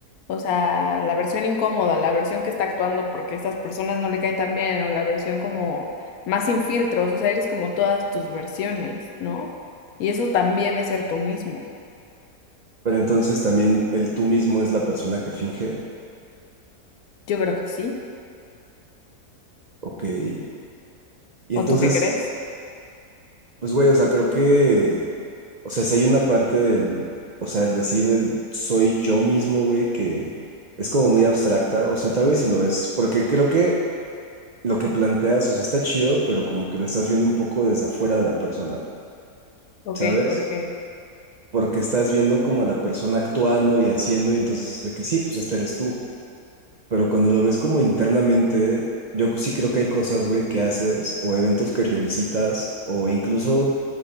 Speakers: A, on the left; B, on the right.
A: o sea, la versión incómoda, la versión que está actuando porque estas personas no le caen tan bien, o la versión como más sin filtros, o sea, eres como todas tus versiones, ¿no? Y eso también es ser tú mismo.
B: Pero entonces también el tú mismo es la persona que finge,
A: Yo creo que sí.
B: ok. Y entonces,
A: ¿O tú qué crees?
B: pues, güey, o sea, creo que, o sea, si hay una parte del, o sea, el decir el soy yo mismo, güey, que es como muy abstracta, o sea, tal vez si lo ves, porque creo que... lo que planteas, o sea, está chido, pero como que lo estás viendo un poco desde afuera de la persona,
A: Ok,
B: ¿sabes?
A: porque
B: Porque estás viendo como a la persona actuando y haciendo, y entonces es de que sí, pues este eres tú. Pero cuando lo ves como internamente, yo sí creo que hay cosas, güey, que haces, o eventos que revisitas, o incluso